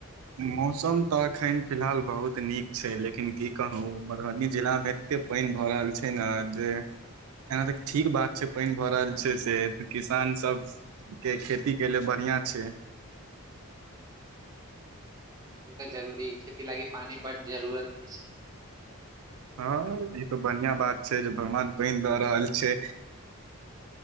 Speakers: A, on the right; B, on the right.
A: मौसम तऽ एखन फिलहाल बहुत नीक छै लेकिन की कहू मधुबनी जिला मे एते पाइन भऽ रहल छै ने जे एना त ठीक बात छै पानि भऽ रहल छै से किसान सब के खेती बढ़िआ छै
B: ओ तऽ जरूरी खेती लागी पानी ब जरूरत
A: हँ ई तो बढ़िआ बात छै जे भगवान त दऽ रहल छै